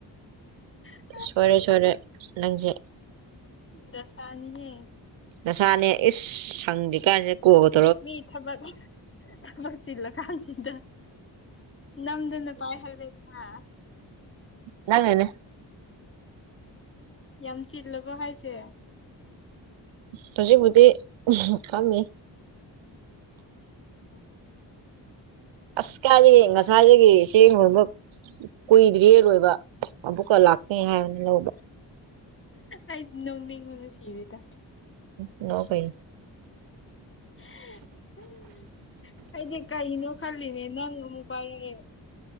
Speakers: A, on the left (about 30°); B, on the right (about 85°).
A: ꯍ
B: ꯁꯣꯔꯦ ꯁꯣꯔꯦ ꯅꯪꯁꯦ
A: ꯗꯁꯥꯅꯤ ꯍꯦ
B: ꯅꯁꯥꯅꯦ ꯏꯁ ꯁꯪꯗꯀꯥꯁꯦ ꯀꯣꯕꯗ
A: ꯃꯤ ꯊꯕꯛ ꯊꯄ ꯆꯤꯜꯂ ꯈꯥꯟ ꯆꯤꯟꯗ ꯅꯝꯗꯨ ꯅ ꯄꯥꯏ ꯍꯥꯏꯗꯕꯌꯥ
B: ꯅꯪꯦꯅꯦ
A: ꯌꯥꯝ ꯆꯤꯜꯂꯕꯣ ꯍꯥꯏꯁꯦ
B: ꯍꯨꯖꯤꯛꯕꯨꯗꯤ ꯈꯝꯃꯤ
A: ꯑꯣ
B: ꯑꯁ ꯀꯥꯔꯤ ꯉꯁꯥꯏꯗꯒꯤ ꯁꯦꯡ ꯍꯨꯝꯕ ꯀꯨꯏꯗꯔꯤꯌꯦ ꯂꯣꯏꯕ ꯑꯃꯨꯛꯀ ꯂꯥꯛꯀꯅꯤ ꯍꯥꯏꯕꯅꯦ ꯂꯧꯕ
A: ꯑꯩ ꯅꯣꯛꯅꯤꯡꯕꯅ ꯁꯤꯔꯦꯗ
B: ꯅꯣ ꯀꯩ
A: <unintelligible> ꯑꯩꯗꯤ ꯀꯩꯅꯣ ꯈꯜꯂꯤꯅꯦ ꯅꯪ ꯑꯃꯨꯛ ꯄꯥꯏꯔꯛꯑꯦ